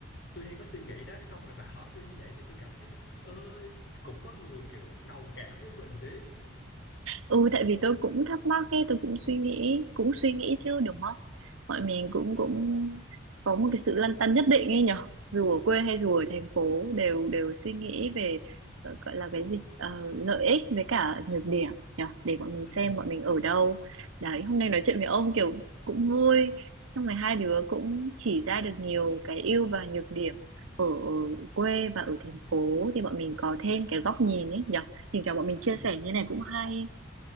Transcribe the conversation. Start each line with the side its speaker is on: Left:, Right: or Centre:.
Left: tôi đang có suy nghĩ đó xong rồi bà hỏi tôi như vậy thì tôi cảm thấy là ơi cũng có người kiểu đồng cảm với mình đấy.
Right: ừ tại vì tôi cũng thắc mắc ấy tôi cũng suy nghĩ cũng suy nghĩ chứ đúng không mọi mình cũng
Left: Ừ.
Right: cũng có một cái sự lăn tăn nhất định ấy nhở dù ở quê hay dù ở thành phố đều đều suy nghĩ về ờ, gọi là cái gì Ờ, lợi ích với cả nhược điểm nhở để bọn mình
Left: Ừ.
Right: xem bọn mình ở đâu đấy hôm nay nói chuyện với ông kiểu cũng vui xong rồi hai đứa cũng chỉ ra được nhiều cái ưu và nhược điểm ở, ở quê và ở thành phố thì bọn mình có thêm cái góc nhìn ấy nhở thỉnh thoảng bọn mình chia
Left: Ừ,
Right: sẻ như này cũng hay